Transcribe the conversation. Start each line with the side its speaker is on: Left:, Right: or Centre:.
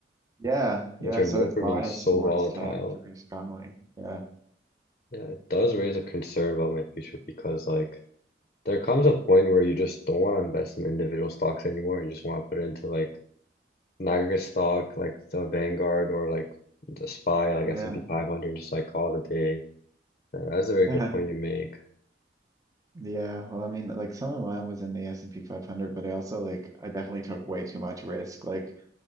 Right: Yeah,
Left: which
Right: yeah,
Left: are
Right: so
Left: known
Right: it's
Left: for
Right: biased
Left: being so
Right: towards
Left: volatile.
Right: tech very strongly. Yeah.
Left: Yeah, it does raise a concern about my future because like there comes a point where you just don't want to invest in individual stocks anymore. You just want to put it into like Niagara stock, like the Vanguard or like the SPY, like
Right: Yeah.
Left: S&P 500, just like call it a day. Yeah, that's a very
Right: Yeah.
Left: good point you make.
Right: Yeah, well, I mean, like some of mine was in the S&P 500, but I also like I definitely took way too much risk. Like